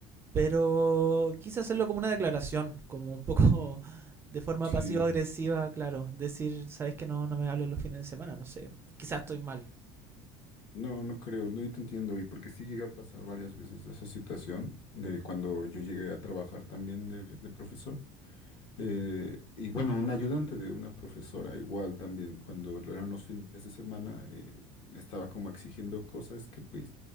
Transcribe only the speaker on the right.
Pero quise hacerlo como una declaración, como un poco <laughs> de forma
pasivo-agresiva, claro. Decir, sabes que no, no me hables los fines de semana, no sé. Quizás estoy mal.